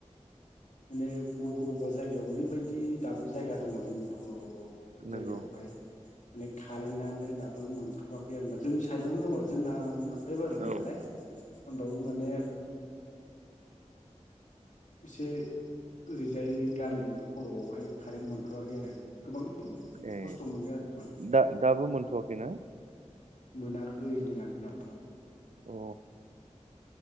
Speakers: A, on the left; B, on the right.
A: माने बबेबा बबेबा जायगायाव ओरैबायदि दाबो जायगा दङ जोंनि बर'
B: नंगौ
A: जायगायावहाय अनेक खारेनानो दाबो मोन होवाखै आरोबा जों साइदआवनो दङ जोंना मोनबाय बार मोननायालाय
B: औ
A: होमबाबो माने एसे ओरैजाय गामि खर'आवहाय खारेन्ट मोनथ'वाखै आरो गोबां
B: ए
A: खस्थ' मोनदों आरो माने
B: दा दाबो मोनथ'वाखैना?
A: मोनाखै मोनाखै दा बो
B: अ